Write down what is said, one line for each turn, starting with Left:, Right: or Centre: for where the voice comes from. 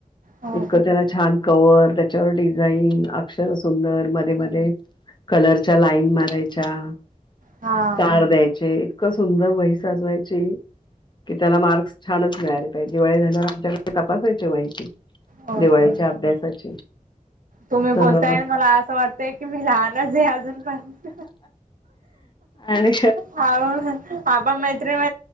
Right: हो
Left: इतकं त्यांना छान कवर त्याच्यावर डिझाईन अक्षर सुंदर मध्ये मध्ये कलरच्या लाईन मारायच्या स्टार
Right: हा
Left: द्यायचे इतकं सुंदर वही साजवायची कि त्याला मार्क्स छानच मिळाले पाहिजे दिवाळी झाल्या आमच्याकडे तपासायची माहिती
Right: हो
Left: दिवाळीच्या
Right: का
Left: अभ्यासाची
Right: तुम्ही
Left: तर
Right: बोलताय मला असं वाटतंय की मी लहानच आहे अजूनपर्यंत
Left: आणि
Right: आ बाबा म म